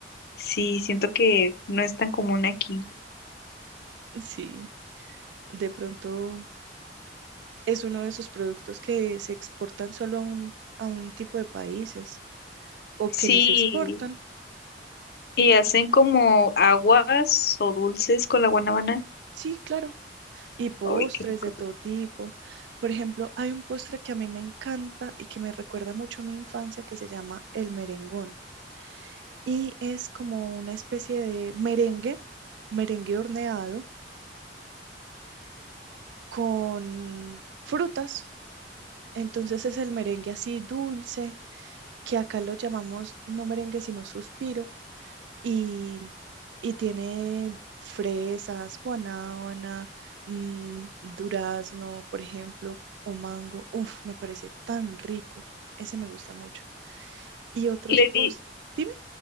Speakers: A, on the left; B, on the right.
A: Sí, siento que no es tan común aquí.
B: Sí, de pronto es uno de esos productos que se exportan solo a un, a un tipo de países o
A: Sí,
B: que ni se exportan.
A: y hacen como aguas o dulces con la guanábana.
B: Sí, claro. Y postres
A: Ay, qué rico.
B: de todo tipo. Por ejemplo, hay un postre que a mí me encanta y que me recuerda mucho a mi infancia que se llama el merengón. Y es como una especie de merengue, merengue horneado con frutas. Entonces es el merengue así dulce, que acá lo llamamos no merengue sino suspiro, y, y tiene fresas, guanábana, mm, durazno, por ejemplo, o mango. Uf, me parece tan rico. Ese me gusta mucho. Y otros
A: Le
B: post,
A: di-
B: dime,